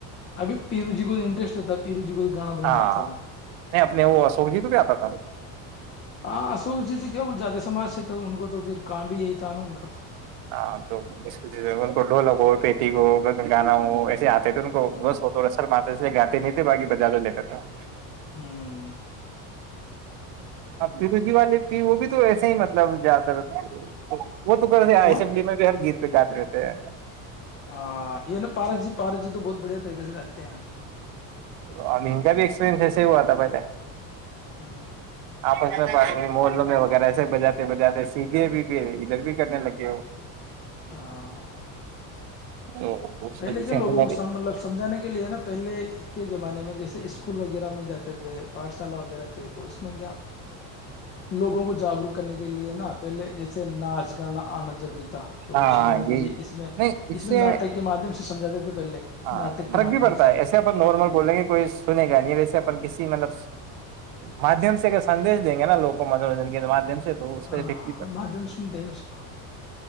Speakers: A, on the left; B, on the right.
A: ابھی پیرو جی کو انٹرسٹ ہوتا پیرو جی کو گانا بجانا
B: ہاں
A: آتا تھا
B: نہیں اپنے وہ ا سوک جی کو بھی آتا تھا <unintelligible>
A: ہاں اشوک جی تو کیا وہ جات سماج سے تھا ان کو تو پھر کام بھی یہی تھا نا ان کا تو
B: ہاں تو اس و سے ڈھولک ہو پیٹی ہو گانا ہو ایسے آ تت کو
A: ہ
B: بس ہو رہے سر مات سے گاتی نہیں باغی بجہ لیتا تھا <unintelligible>
A: ہوں <unintelligible>
B: ا پیرو جی والے پ وہ بھی تو ویسے ہی مطلب زیادر وہ تو کر رہے
A: کون
B: آئے ایم بی میں بھی ہر گیت اترتے <unintelligible>
A: ہاں یہ نا پارس جی پارس جی تو بہت بڑھیا طریقے سے کرتے ہیں
B: تو ا کا بھی ایکسپیرنس ایسے ہی ہوا تھا پہلے
A: ہ
B: آپس <unintelligible> پاس میں محوں میں وغیرہ ایسے بجاتے بجاتے سیکھے بھی پ ادھر بھی کرنے لگے ہو
A: ہاں
B: تو اس
A: پہلے
B: وجہ
A: کیا
B: سے
A: لوگوں
B: ہمارے
A: کو س مطلب سمجھانے کے لیے ہے نا پہلے کے زمانے میں جیسے اسکول وغیرہ میں جاتے تھے پاٹ شالا وغیرہ تھے تو اس میں کیا لوگوں کو جاگروک کرنے کے لیے ن ن پہلے جسے ناچ گانا آنا ضروری تھا کو
B: ہاں
A: سجنے کے
B: یہی
A: لیے اس میں
B: نہیں
A: اس میں
B: سے
A: ناٹک کے مادم سے سجھاتے تھے پہلے
B: ہاں
A: ناٹک کے
B: فرق
A: مادھیم
B: بھی پڑتا
A: سے
B: ہے ایسے اپن نارمل بولیں گے کوئی سنے گا نہیں ویسے اپن کسی مطلب مادھیم سے اگر سندیش دیں گے نا لووں کو منورنجن کے مادھیم سے تو اس کا
A: آ
B: افیکٹ بھی
A: بادن سنتے ہیں اس کو